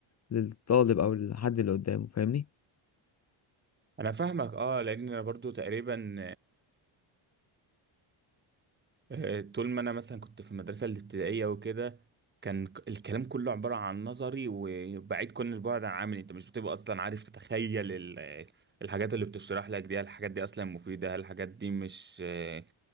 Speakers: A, on the left; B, on the right.
A: للطالب او للحد اللي قدامه فاهمني
B: انا فاهمك اه لان انا برضو تقريبا آه، طول ما انا مثلا كنت في المدرسه الابتدائيه وكده كان ك- الكلام كله عباره عن نظري وبعيد كل البعد عن عملي انت مش بتبقى اصلا عارف تتخيل ال- الحاجات اللي بتشرح لك دي هل الحاجات دي اصلا مفيده هل الحاجات دي مش آه،